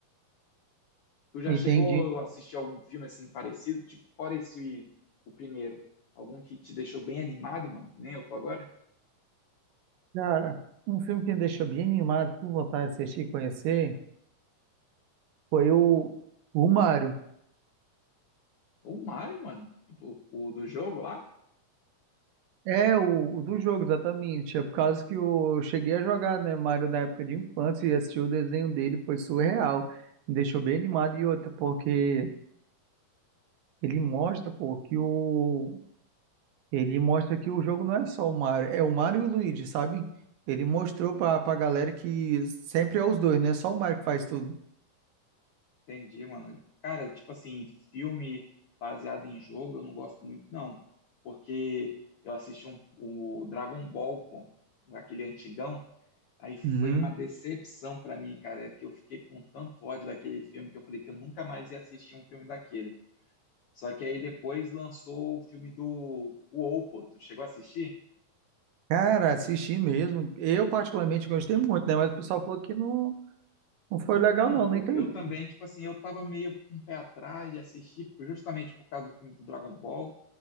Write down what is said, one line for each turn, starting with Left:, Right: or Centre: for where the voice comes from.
Left: Tu já
Right: Entendi.
Left: chegou a assistir algum filme assim parecido? Tipo, fora esse o primeiro. Algum que te deixou bem animado, mano, que nem eu tô agora?
Right: Cara, um filme que me deixou bem animado, com vontade de assistir e conhecer, foi o, o Mário.
Left: O Mario, mano. Tipo, o do jogo lá?
Right: É, o, o do jogo, exatamente. É por causa que eu cheguei a jogar, né, Mario na época de infância e assisti o desenho dele, foi surreal. Me deixou bem animado. E outra, porque ele mostra, pô, que o. Ele mostra que o jogo não é só o Mario, é o Mario e o Luigi, sabe? Ele mostrou pra, pra galera que sempre é os dois, não é só o Mario que faz tudo.
Left: Entendi, mano. Cara, tipo assim, filme baseado em jogo eu não gosto muito, não. Porque eu assisti um, o Dragon Ball, pô, aquele antigão. Aí foi
Right: Uhum.
Left: uma decepção pra mim, cara, que eu fiquei com tanto ódio daquele filme que eu falei que eu nunca mais ia assistir um filme daquele. Só que aí depois lançou o filme do o Oppo, tu chegou a assistir?
Right: Cara, assisti mesmo. Eu, particularmente, gostei muito, né? Mas o pessoal falou que não, não foi
Left: Então,
Right: legal, não,
Left: pô,
Right: não entendi.
Left: eu também, tipo assim, eu tava meio um pé atrás de assistir pô, justamente por causa do filme do Dragon Ball,